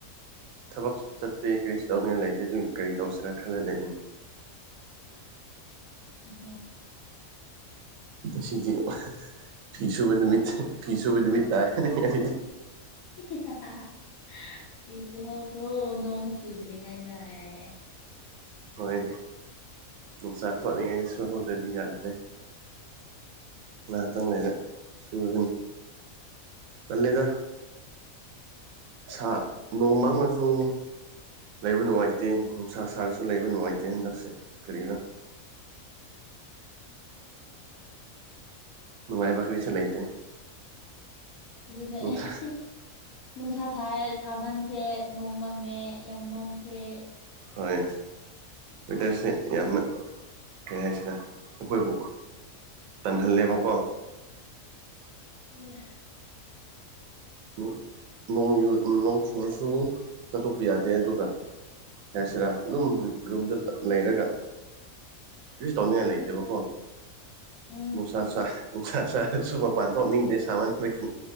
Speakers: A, on the right; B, on the left.
A: ꯊꯕꯛꯁꯨ ꯆꯠꯇꯦ ꯀꯔꯤꯁꯨ ꯇꯧꯅꯤꯡꯉꯥꯏ ꯂꯩꯇꯦ ꯑꯗꯨꯒꯤ ꯀꯔꯤ ꯇꯧꯁꯤꯔꯥ ꯈꯜꯂ ꯂꯩꯔꯤꯝꯅꯦ
B: ꯑꯣ
A: ꯉꯁꯤꯗꯤ ꯐꯤ ꯁꯨꯕ ꯅꯨꯃꯤꯠ ꯐꯤ ꯁꯨꯕ ꯅꯨꯃꯤꯠ ꯇꯥꯔꯦꯅꯦ ꯉꯁꯤꯗꯤ
B: <unintelligible> ꯐꯤ ꯁꯨꯍꯧꯈ꯭ꯔꯣ ꯅꯣꯡ ꯆꯨꯗ꯭ꯔꯤꯉꯩꯗ ꯑꯦ
A: ꯍꯣꯏ ꯅꯨꯡꯁꯥ ꯊꯣꯛꯂꯤꯉꯩꯗ ꯁꯨꯍꯧꯗ꯭ꯔꯗꯤ ꯌꯥꯗ꯭ꯔꯦ ꯉꯍꯥꯇꯪ ꯂꯩꯔ ꯁꯨꯔꯒꯅꯤ ꯇꯜꯂꯦꯗ ꯁꯥ ꯅꯣꯡ ꯃꯪꯉꯖꯨ ꯂꯩꯕ ꯅꯨꯡꯉꯥꯏꯇꯦ ꯅꯨꯡꯁꯥ ꯁꯥꯔꯁꯨ ꯂꯩꯕ ꯅꯨꯡꯉꯥꯏꯇꯦ ꯍꯟꯗꯛꯁꯦ ꯀꯔꯤꯔꯥ ꯅꯨꯡꯉꯥꯏꯕ ꯀꯔꯤꯁꯨ ꯂꯩꯇꯦ
B: ꯑꯗꯨꯅꯦ
A: ꯅꯨꯡꯁꯥ
B: ꯑꯍꯥ ꯍ ꯅꯨꯡꯁꯥ ꯁꯥꯔꯦ ꯁꯥꯃꯟꯈ꯭ꯔꯦ ꯅꯣꯡ ꯃꯝꯃꯦ ꯌꯥꯝ ꯃꯝꯈ꯭ꯔꯦ
A: ꯍꯣꯏ ꯋꯦꯗꯔꯁꯦ ꯌꯥꯝꯅ ꯀꯩ ꯍꯥꯏꯁꯦꯔ ꯑꯩꯈꯣꯏꯕꯨ ꯇꯟꯍꯜꯂꯦꯕꯀꯣ
B: ꯑꯥ
A: ꯅꯣ ꯅꯣꯡ ꯌꯨ ꯅꯣꯡ ꯆꯨꯔꯁꯨ ꯆꯠꯊꯣꯛꯄ ꯌꯥꯗꯦ ꯑꯗꯨꯒ ꯍꯥꯏꯁꯦꯔꯥ ꯑꯗꯨꯝ ꯔꯨꯝꯗꯇ ꯂꯩꯔꯒ ꯀꯔꯤꯁꯨ ꯊꯧꯅꯤꯡꯉꯥꯏ
B: ꯎꯝ
A: ꯂꯩꯇꯦꯕꯀꯣ
B: ꯎꯝ
A: ꯅꯨꯡꯁꯥ ꯆꯥ ꯅꯨꯡꯁꯥ ꯁꯥꯔꯁꯨ ꯃꯄꯥꯟ ꯊꯣꯛꯅꯤꯡꯗꯦ ꯁꯥꯃꯟꯕꯒꯤ